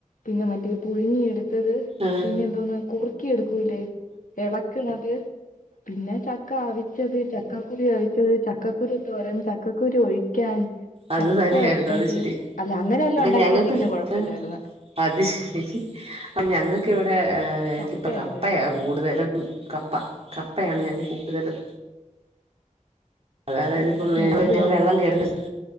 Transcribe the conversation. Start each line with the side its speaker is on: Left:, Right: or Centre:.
Left: പിന്നെ മറ്റേ പുഴുങ്ങിയെടുത്തത്
Right: ആഹ്
Left: പിന്നെ എന്തോന്ന് കുർക്കി എടുക്കൂലെ എളക്ക്ണത്. പിന്നെ ചക്ക അവിച്ചത് ചക്കക്കുരു അവിച്ചത് ചക്കക്കുരു തോരൻ, ചക്കക്കുരുഒഴിക്കാൻ
Right: അത്
Left: ചക്ക
Right: തന്നെയായിരുന്നു
Left: വറ്റല്
Right: അത് ശരി
Left: അല്ല അങ്ങനെവല്ലോം
Right: ഇപ്പൊ
Left: ഒണ്ടാക്കിരുന്നെങ്കിലും
Right: ഞങ്ങൾക്ക്
Left: കൊഴപ്പല്ലായിര്ന്നു.
Right: ആ അത് ശെരി പ്പ ഞങ്ങൾക്കിവടെ ഏ
Left: ചക്കയുടെ
Right: ഇപ്പ കപ്പയാ കൂട്തലും. ഉം കപ്പ കപ്പയാണ് ഞങ്ങൾ കൂട്തലും. അതായത്പ്പ
Left: മരത്തിനല്ലേ
Right: ഞങ്ങൾ വെള്ളം കേറുന്നൊസ്